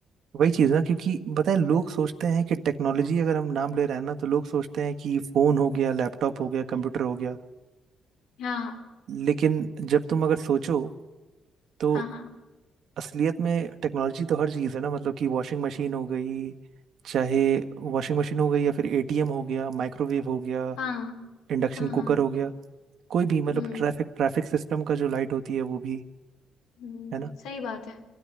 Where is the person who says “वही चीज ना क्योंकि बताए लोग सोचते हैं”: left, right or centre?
Right